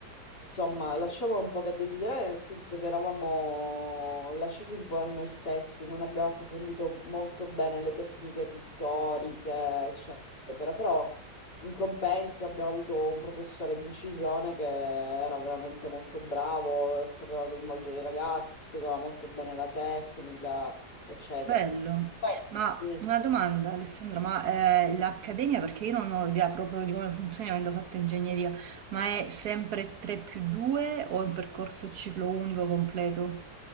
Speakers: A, on the left; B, on the right.
A: insomma, lasciavano un po' che desiderare, nel senso che eravamo lasciati un po' a noi stessi, non abbiamo approfondito molto bene le tecniche pittoriche, eccetera, però... In compenso abbiamo avuto un professore di incisione che era veramente molto bravo, e sapeva coinvolgere i ragazzi, spiegava molto bene la tecnica, eccetera.
B: Bello,
A: Comunque,
B: ma
A: sì, sì.
B: una domanda Alessandra, ma eh, l'accademia, perché io non ho idea proprio di come funzioni avendo fatto ingegneria, ma è sempre 3 più 2 o è un percorso ciclo unico completo?